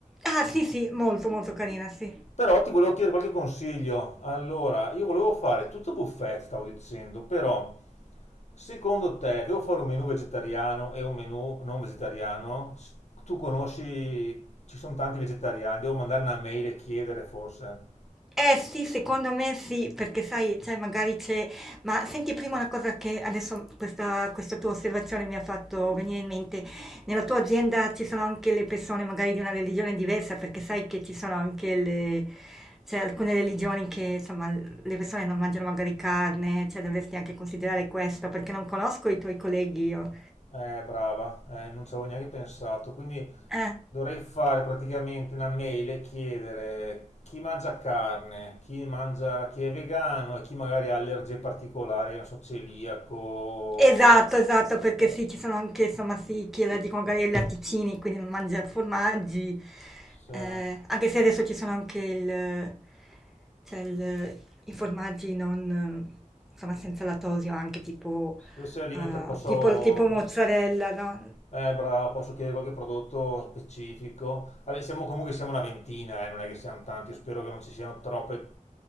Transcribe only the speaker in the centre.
Ah sì, sì, molto, molto carina, sì.
Eh sì, secondo me sì, perché sai, cioè magari c'è... Ma senti prima una cosa che adesso questa, questa tua osservazione mi ha fatto venire in mente. Nella tua azienda ci sono anche le persone magari di una religione diversa, perché sai che ci sono anche le... cioè alcune religioni che insomma le persone non mangiano magari carne, cioè dovresti anche considerare questo, perché non conosco i tuoi colleghi io.
Eh.
Esatto, esatto, perché
sì, ci sono anche, insomma, sì, chi la dicono magari i latticini, quindi non mangia formaggi,
eh, anche se adesso ci sono anche il, cioè il- i formaggi non, insomma, senza lattosio, anche tipo,
eh,
tipo, tipo mozzarella, no?